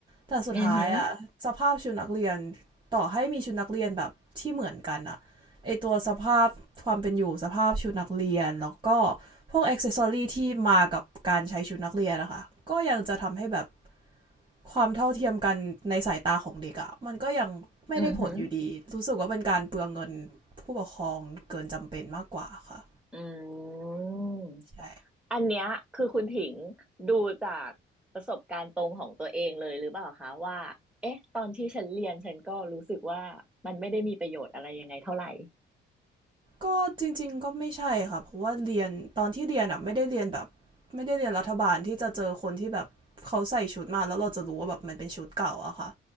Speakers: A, on the right; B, in the centre.
A: แต่สุดท้ายอะสภาพชุดนักเรียน
B: อือหือ
A: ต่อให้มีชุดนักเรียนแบบที่เหมือนกันอะไอตัวสภาพความเป็นอยู่สภาพชุดนักเรียนแล้วก็พวกอ็อกเซสซอรีที่มากับการใช้ชุดนักเรียนนะคะก็ยังจะทำให้แบบความเท่าเทียมกันในสายตาของเด็กอะมันก็ยังไม่ได้ผลอยู่ดีรู้สึกว่าเป็นการเปลืองเงินผู้ปกครองเกินจำเป็นมากกว่าค่ะ
B: อือหืออืม
A: ใช่
B: อันเนี้ยคือคุณถิงดูจากประสบการณ์ตรงของตัวเองเลยหรือเปล่าคะว่าเอ๊ะตอนที่ฉันเรียนฉันก็รู้สึกว่ามันไม่ได้มีประโยชน์อะไรยังไงเท่าไหร่
A: ก็จริงๆก็ไม่ใช่ค่ะเพราะว่าเรียนตอนที่เรียนอ่ะไม่ได้เรียนแบบไม่ได้เรียนรัฐบาลที่จะเจอคนที่แบบเขาใส่ชุดมาแล้วเราจะรู้ว่าแบบมันเป็นชุดเก่าอะค่ะ